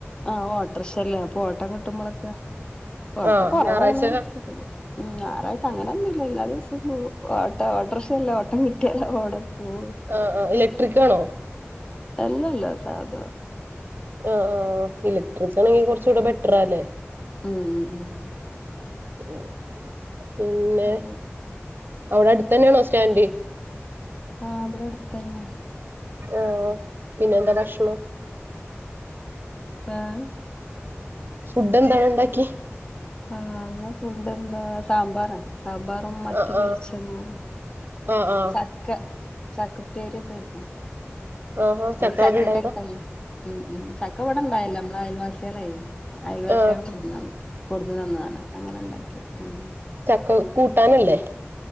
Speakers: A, on the left; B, on the right.
A: ആഹ് ഓട്ട്രക്ഷല്ലേ അപ്പൊ ഓട്ടം കിട്ടുമ്പളൊക്കെ ഓട്ടം
B: ആഹ്
A: കൊറവാണ്
B: ഞായറാഴ്ച
A: ഉം ഞായറാഴ്ച അങ്ങനൊന്നുല്ല എല്ലാ ദിവസോം പോവും ഓട്ട ഓട്ട്രഷല്ലേ ഓട്ടം കിട്ടിയാല് ഓടും പോവും
B: ആഹ് ആഹ് ഇലക്ട്രിക് ആണോ
A: അല്ലല്ല സാധാ
B: ആഹ് ആഹ് ഇലക്ട്രിക് ആണെങ്കി കൊറച്ചൂടെ ബെറ്ററാല്ലേ
A: ഉം ഉം
B: ഉം പിന്നെ
A: ഉം.
B: അവിടടുത്ത് തന്നെണോ സ്റ്റാൻഡ്
A: ആഹ് ഇവിടടുത്തന്നെയാണ്
B: ആഹ് പിന്നെന്താ ഭക്ഷണം
A: ഏഹ്
B: ഫുഡെന്താണ് ഇണ്ടാക്കിയെ
A: ആഹ് ഇന്ന് ഫുഡെന്താ സാമ്പാറാണ് സാമ്പാറും മത്തി
B: ആഹ് ആഹ്
A: പൊരിച്ചതും
B: ആഹ് ആഹ്
A: ചക്ക ചക്കുപ്പേരിയൊക്കെ വെച്ച്ണ്
B: ആഹാ
A: ങ്ങക്ക്
B: ചക്ക
A: ചക്കയൊക്കെ
B: അവിടെ ഉണ്ടായതാ
A: ഇണ്ടല്ലെ ഉം ഉം ചക്ക ഇവടൊണ്ടായെല്ല നമ്മള അയൽവാസ്യള് അയൽവാസ്യള്
B: ആഹ്
A: കൊട്ന്നാണ് കൊട്ന്നന്നാണ് അങ്ങനെണ്ടാക്കി ഉം
B: ചക്ക കൂട്ടാനല്ലേ